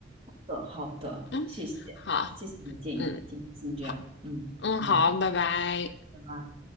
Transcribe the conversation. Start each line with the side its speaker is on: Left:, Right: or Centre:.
Right: 好的，好的，
Left: <laughs>
Right: 谢谢，
Left: 好。
Right: 谢谢你的建议，
Left: 嗯，
Right: 今天先这样，
Left: 好，
Right: 嗯嗯，
Left: 嗯，好，拜拜。
Right: 拜拜。